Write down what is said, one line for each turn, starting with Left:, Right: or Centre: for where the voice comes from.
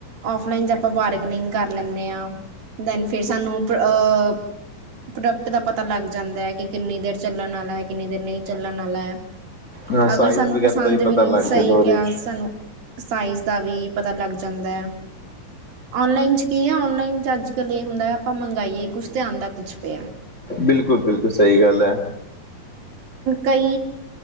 Right: ਔਫਲਾਈਨ ਚ ਆਪਾਂ ਬਾਰਗਨਿੰਗ ਕਰ ਲੈਂਨੇ ਹਾਂ। ਦੈਨ ਫੇਰ ਸਾਨੂੰ ਹ ਪ੍ਰੋਡਕਟ ਦਾ ਪਤਾ ਲੱਗ ਜਾਂਦਾ, ਕਿ ਕਿੰਨੀ ਦੇਰ ਚੱਲਣ ਆਲਾ ਕਿੰਨੀ ਦੇਰ ਨਹੀਂ ਚੱਲਣ ਆਲਾ
Left: ਹਾਂ ਸਾਈਜ਼
Right: ਅਗਰ ਸਾਨੂੰ
Left: ਵਗੈਰਾ
Right: ਪਸੰਦ
Left: ਦਾ ਪਤਾ
Right: ਵੀ
Left: ਲੱਗ
Right: ਸਹੀ
Left: ਜਾਂਦਾ ਉਹਦੇ
Right: ਕਿਹਾ
Left: ਚ
Right: ਸਾਨੂੰ ਸਾਈਜ਼ ਦਾ ਵੀ, ਪਤਾ ਲੱਗ ਜਾਂਦੈ। ਔਨਲਾਈਨ ਚ ਕੀ ਐ ਔਨਲਾਈਨ ਚ ਅੱਜ ਕੱਲ ਇਹ ਹੁੰਦਾ ਆਪਾਂ ਮੰਗਾਈਏ ਕੁਛ ਆਂਦਾ ਕੁੱਛ ਪਿਆ
Left: ਬਿਲਕੁਲ - ਬਿਲਕੁਲ ਸਹੀ ਗੱਲ ਹੈ।
Right: ਕਈ